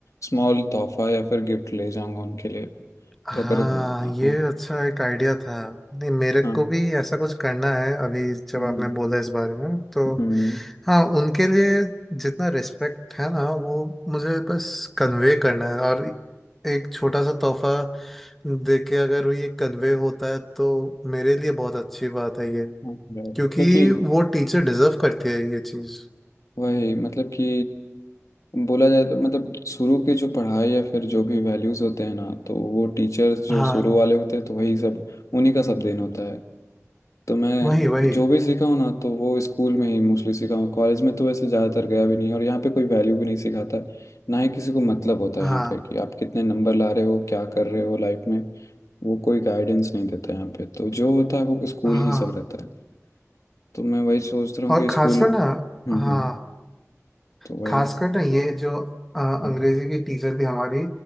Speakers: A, on the left (about 85°); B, in the centre.
A: स्मॉल तोहफा या फिर गिफ्ट ले जाऊंगा उनके लिए
B: हाँ
A: तो अगर हाँ
B: ये अच्छा एक आइडिया था नहीं मेरे
A: हाँ
B: को भी ऐसा कुछ करना है अभी जब
A: हम्म
B: आपने बोला इस बारे में तो
A: हम्म,
B: हाँ उनके लिए जितना रिस्पेक्ट है ना वो मुझे बस कन्वे करना है और एक छोटा सा तोहफा दे के अगर वो ये कन्वे होता है तो मेरे लिए बहुत अच्छी बात है ये
A: हाँ यार, मतलब
B: क्योंकि
A: कि
B: वो टीचर डिजर्व करती है ये चीज़
A: वही मतलब कि बोला जाए तो मतलब शुरू के जो पढ़ाई या फिर जो भी वैल्यूज़ होते हैं ना तो वो टीचर्स जो
B: हाँ
A: शुरू वाले होते हैं तो वही सब उन्हीं का सब देन होता है तो मैं
B: वही वही
A: जो भी सीखा हूँ ना तो वो स्कूल में ही मोस्टली सीखा हूँ कॉलेज में तो वैसे ज़्यादातर गया भी नहीं और यहाँ पे कोई वैल्यू भी नहीं सिखाता है ना ही किसी को मतलब होता
B: हाँ
A: है यहाँ पे कि आप कितने नंबर ला रहे हो क्या कर रहे हो लाइफ में वो कोई गाइडेंस नहीं देता यहाँ पे तो जो होता है वो स्कूल
B: हाँ
A: ही सब रहता है तो मैं वही सोच रहा हूँ
B: और
A: कि
B: खासकर
A: स्कूल
B: ना
A: हम्म
B: हाँ
A: हम्म तो वही
B: खासकर ना ये जो अ, अंग्रेजी
A: हाँ
B: की टीचर थी हमारी